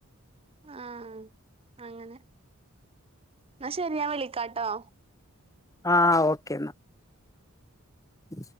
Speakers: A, on the right; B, on the left.
A: ആഹ അങ്ങനെ എന്നാ ശരിയാാൻ വിളിക്കാട്ടോ
B: ആഹ ഓക്കേ എന്നാ ഉ